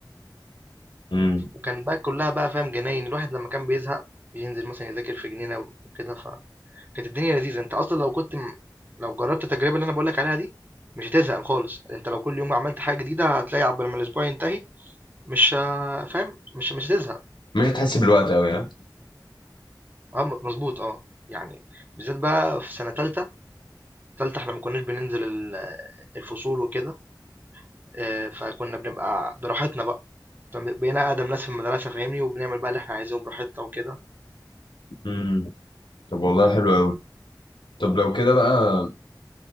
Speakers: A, on the left; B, on the right.
A: امم
B: وكان بقى كلها بقى فاهم جناين الواحد لما كان بيزهق بينزل مثلا يذاكر في جنينة وكده كانت الدنيا لذيذة انت اصلا لو كنت م... لو جربت التجربة اللي انا بقولك عليها دي مش هتزهق خالص انت لو كل يوم عملت حاجة جديدة هتلاقي عقبال ما الاسبوع ينتهي مش ه- فاهم مش مش هتزهق
A: مش هتحس بالوقت قوي ها
B: اه مك- مظبوط اه يعني بالذات بقى في سنة تالتة تالتة احنا ما كناش بننزل ال- الفصول وكده اه، فكنا بنبقى براحتنا بقى بقينا أقدم ناس في المدرسة فاهمني وبنعمل بقى اللي احنا عايزينه براحتنا وكده
A: امم طب والله حلو قوي طب لو كده بقى